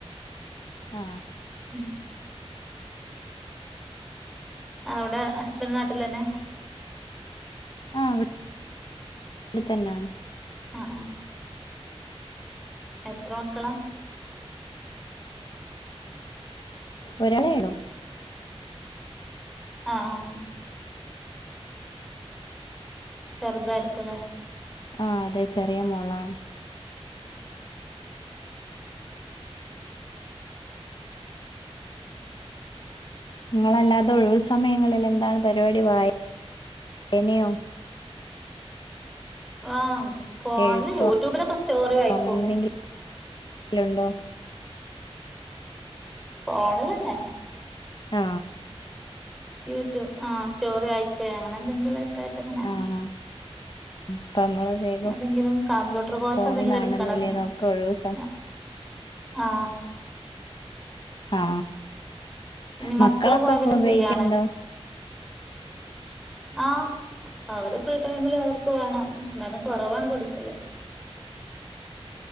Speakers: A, on the left; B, in the centre.
A: ആ
B: മ് അവ്ടെ ഹസ്ബൻ്റ് ന്നാട്ടിലന്നെ
A: ആ വ്ട് വ്ടെത്തന്നാണ്
B: അ ആ എത്ര മക്കളാ?
A: ഒരാളെ ള്ളു
B: അ ആ ചെർതായ്ര്ക്കു ലേ
A: ആ അതെ ചെറിയ മോളാണ് ങ്ങളെല്ലാതെ ഒഴിവു സമയങ്ങളിലെ ന്താണ് പരിവാടി വായ് എനിയും
B: വൗ! ഫോണ്ല്
A: എഴുത്തോ
B: യൂട്യൂബിലൊക്കെ സ്റ്റോറി വായ്ക്കും
A: അങ്ങനെ എന്തെങ്കിലും ഉണ്ടോ
B: ഫോണ്ലെന്നെ
A: ആ
B: യൂട്യൂ ആ സ്റ്റോറി വായ്ക്കെ അങ്ങന എന്തെങ്കിലു ഒക്കെ ആയിട്ട് അങ്ങനെ
A: ആഹ് അപ്പൊ നമ്മള് വേഗം
B: ഞെ എന്തെങ്കിലും കമ്പ്യൂട്ടർ കോഴ്സ്
A: ഫോണിലാണല്ലോല്ലേ
B: എന്തെങ്കിലും എട്ക്കണം
A: നോക്ക ഒഴിവ്
B: മ് ആ ആ
A: ആ
B: ഇനി
A: മക്കളൊക്ക
B: മക്കള് പോയാ പിന്നെ
A: പം ഉപയോഗിക്ക്ണ്ടോ?
B: ഫ്രീ ആണ് ആ അവര് ഫ്രീ ടൈമില് അവർക്ക് വേണം ന്നാലും കൊറവാണ് കൊട്ക്കല്